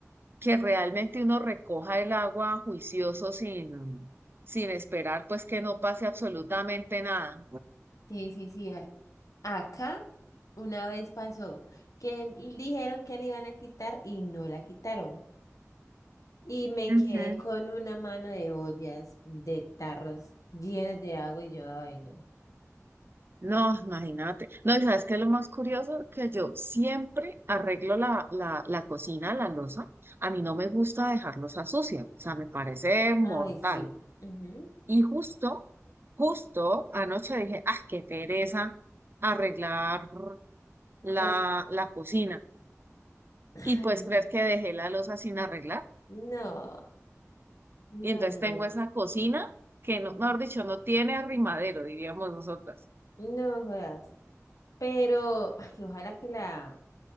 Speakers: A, on the right (about 45°); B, on the left (about 80°).
A: que realmente uno recoja el agua juicioso sin, sin esperar pues que no pase absolutamente nada.
B: Sí, sí, sí. a- Acá una vez pasó que dijeron que le iban a quitar y no la quitaron. Y me
A: Ujú.
B: quedé con una mano de ollas, de tarros llenos de agua y yo, ay, no.
A: No, imagínate. No, y sabes qué es lo más curioso, que yo siempre arreglo la, la, la cocina, la loza. A mí no me gusta dejarlos a sucia, o sea, me parece mortal.
B: Ay, sí. ujú,
A: Y justo, justo anoche dije, ah, qué pereza arreglar la,
B: cos-
A: la cocina.
B: <clears throat>
A: Y pues
B: Ay,
A: creer que dejé la loza sin arreglar.
B: no, no,
A: Y entonces
B: no, no.
A: tengo esa cocina que, no,
B: ujú,
A: mejor dicho, no tiene arrimadero, diríamos nosotras.
B: No jodas. Pero, ay, ojalá que la,